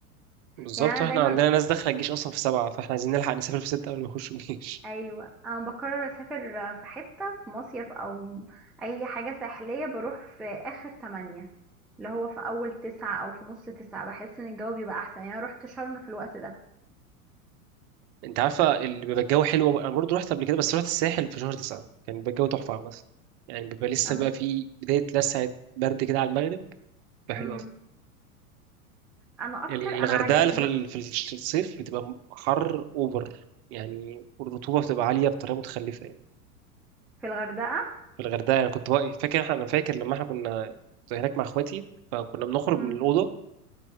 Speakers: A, on the right; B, in the centre.
A: بالظبط
B: يعني
A: واحنا
B: انا دايما
A: عندنا ناس داخلة الجيش اصلا في سبعة فاحنا عايزين نلحق نسافر في ستة قبل ما يخشوا الجيش
B: ايوه انا بقرر اسافر في حته في مصيف او اي حاجه ساحليه بروح في اخر تمانية اللي هو في اول تسعة او في نص تسعة بحس ان الجو بيبقى احسن يعني انا رحت شرم في الوقت ده
A: <laughs> انت عارفة اللي بيبقى الجو حلو أوي. انا برضو رحت قبل كده بس رحت الساحل في شهر تسعة كان بيبقى الجو تحفة مثلا يعني بيبقى لسه
B: أم.
A: بقى في بداية لسعة برد كده على المغرب بيبقى حلو
B: أم.
A: أوي
B: انا اكتر
A: الغردقة
B: انا عجب
A: في ال-
B: بص
A: في الصيف بتبقى حر أوفر يعني والرطوبة بتبقى عالية بطريقة متخلفة يعني
B: في الغردقه
A: في الغردقة أنا كنت واقف- فاكر إحنا- أنا فاكر لما إحنا كنا كنت هناك مع إخواتي فكنا بنخرج
B: أم.
A: من الأوضة